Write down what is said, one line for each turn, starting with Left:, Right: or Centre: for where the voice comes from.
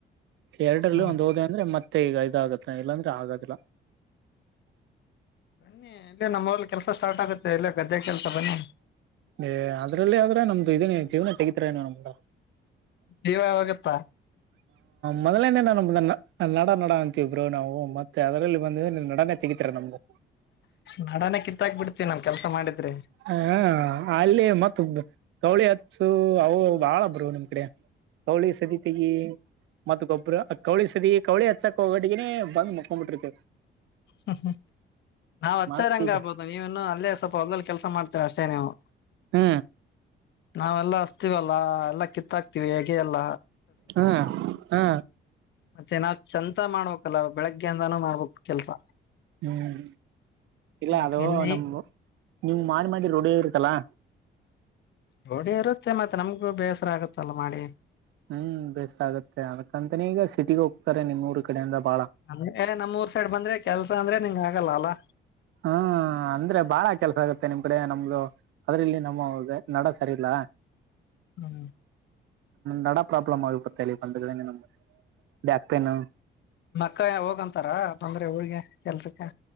Right: ಎರಡರಲ್ಲಿ
Left: ಹ್ಮ್
Right: ಒಂದ್ ಹೋದ್ ಅಂದ್ರೆ ಮತ್ತೆ ಈಗ ಇದಾಗತ್ತ ಇಲ್ಲಾಂದ್ರೆ ಆಗದಿಲ್ಲ.
Left: ಬನ್ನಿ ಇಲ್ಲೇ ನಮ್ಮೂರಲ್ ಕೆಲಸ ಸ್ಟಾರ್ಟ್ ಆಗುತ್ತೆ ಇಲ್ಲೆ ಗದ್ದೆ ಕೆಲಸ ಬನ್ನಿ.
Right: ಏ ಅದ್ರಲ್ಲಿ ಆದ್ರ ನಮ್ದು ಇದೀನ ಜೀವನ ತಗಿತರ ನೀವ್ ನಮ್ದ.
Left: ಜೀವ ಹೋಗುತ್ತಾ.
Right: ಮೊದಲೇ ನಮ್ದ ನಡ ನಡ ಅಂತೀವ್ ಬ್ರು ನಾವು ಮತ್ತೆ ಅದರಲ್ಲಿ ಬಂದವೆಂದ್ರ ನಡಾನೆ ತೆಗಿತಿರೆ ನಮ್ದು.
Left: ನಾಡನ ಕಿತ್ತಾಕ್ ಬಿಡ್ತೀ ನಮ್ ಕೆಲ್ಸ ಮಾಡಿದ್ರೆ.
Right: ಹ ಅಲ್ಲಿ ಮತ್ತ ಬ ಕೌಳಿ ಹಚ್ಚು ಅವು ಬಾಳ ಬ್ರೊ ನಿಮ್ ಕಡೆ. ಕೌವಳಿ ಸದಿ ತೆಗಿ. ಮತ್ತ ಗೊಬ್ಬರ ಕೌಳಿ ಸದಿ ಕೌಳಿ ಹಚ್ಚಕ್ ಹೋಗಟ್ಟಗನೇ ಬಂದ ಮುಕೊಂಬ್ಬಟ್ಟಿರತೇವ.
Left: ಹ್ಮ ಹ್ಮ ನಾವ್ ಹಚ್ಚಾರ
Right: ಮತ್
Left: ಹೆಂಗ
Right: ಈಗ
Left: ಆಗ್ಬೋದು ನೀವೇನ್ನು ಅಲ್ಲೇ ಸ್ವಲ್ಪ ಹೊಲ್ದಲ್ ಕೆಲ್ಸ ಮಾಡ್ತೀರ ಅಷ್ಟೇ ನೀವು.
Right: ಹ್ಮ
Left: ನಾವೆಲ್ಲಾ ಅಸ್ತೀವಲ್ಲಾ ಎಲ್ಲಾ ಕಿತ್ತಾಕ್ತಿವಿ ಹಗಿಯಲ್ಲ.
Right: ಹ್ಮ ಹಾ
Left: ಮತ್ತೆ ನಾವ್ ಚಂತನ ಮಾಡ್ಬೇಕಲ್ಲ ಬೆಳಗ್ಗೆಯಂದಾನೂ ಮಾಡ್ಬೇಕು ಕೆಲ್ಸ.
Right: ಹ್ಮ್ ಇಲ್ಲ
Left: ಮತ್
Right: ಅದು
Left: ಎನ್ನಿ
Right: ನಮ್ದು ನೀವ್ ಮಾಡಿ ಮಾಡಿ ರೂಡೀ ಇರುತ್ತಲ್ಲಾ.
Left: ರೂಡಿ ಇರುತ್ತೆ ಮತ್ತ್ ನಮ್ಗೂ ಬೇಸರ ಆಗುತ್ತಲ್ಲ ಮಾಡಿ.
Right: ಹ್ಮ್ ಬೇಸ್ರ ಆಗತ್ತೆ ಅದಕಂತನೆ ಈಗ ಸಿಟಿಗ ಹೋಗ್ತಾರೆ ನಿಮ್ಮೂರು ಕಡೆಯಿಂದ ಬಾಳ.
Left: ಅಂದ್ರೆ ನಮ್ ಊರ್ ಸೈಡ್ ಬಂದ್ರೆ ಕೆಲ್ಸ ಅಂದ್ರೆ ನಿಂಗ್ ಆಗಲ್ಲ ಅಲ್ಲಾ.
Right: ಹ್ಮ್ ಅಂದ್ರೆ ಬಾಳ ಕೆಲ್ಸ ಆಗುತ್ತೆ ನಿಮ್ ಕಡೆ ನಮ್ದು. ಅದ್ರಲ್ಲಿ ನಮ್ಮವ್ರದೆ ನಡ ಸರಿ ಇಲ್ಲ.
Left: ಹ್ಮ
Right: ನಡ ಪ್ರಾಬ್ಲಮ್ ಆಗ್ಬಿಡುತ್ತೆ ಇಲ್ಲಿಗ್ ಬಂದಗಳೆನೆ ನಮಗ ಬ್ಯಾಕ್ ಪೇನ್.
Left: ಮಕ್ಕ ಹೋಗಂತಾರ ಬಂದ್ರೆ ಊರಿಗೆ ಕೆಲ್ಸಕ್ಕೆ